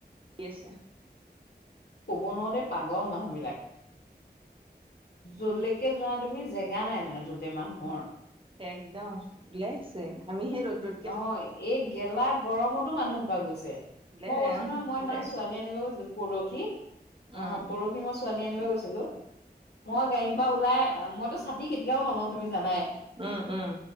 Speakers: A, on the right; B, on the left.
A: আছে।
B: ক'ব নোৱাৰোঁ দেই পাগল মানুহবিলাক। জল্ডিকে যোৱা তুমি জেগা নাই মানে ততে মানুহৰ।
A: একদম ওলাইছে আমিহে ৰ'দত
B: ন এই গেলা গৰমতো মানুহ সোপা গৈছে।
A: ওলাই
B: মই কৈছো
A: আহ
B: নহয়, মই সিদিনা
A: ওলাই আছে
B: ছোৱালী আনিব গৈছিলোঁ, পৰহি
A: উম
B: অ' পৰিহি। মই ছোৱালী আনিব গৈছিলো। মই গাড়ীৰ পৰা ওলাই, মইতো ছাতি কেতিয়াও নলওঁ তুমি জানাই।
A: উম, উম।